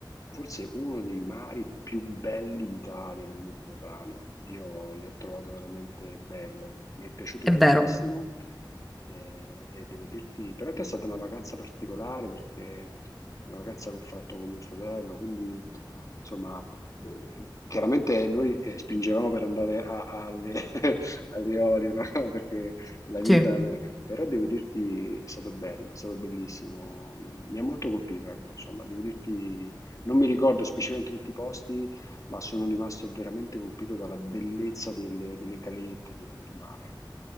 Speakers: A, on the left; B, in the centre.
A: forse uno dei mari più belli d'Italia, del Mediterraneo. Io l'ho trovato veramente bello, mi è piaciuto
B: è
A: tantissimo
B: vero.
A: eh, e devo dirti, però è stata una vacanza particolare perché è una vacanza che ho fatto con mio fratello, quindi insomma chiaramente noi eh, spingevamo per andare a- alle, <laughs> alle Orio, no? <laughs> Perché la vita,
B: Sì.
A: però devo dirti è stato bello, è stato bellissimo, mi ha molto colpito, ecco, insomma, devo dirti, non mi ricordo specificamente tutti i posti, ma sono rimasto veramente colpito dalla bellezza delle, delle calette, del, del mare.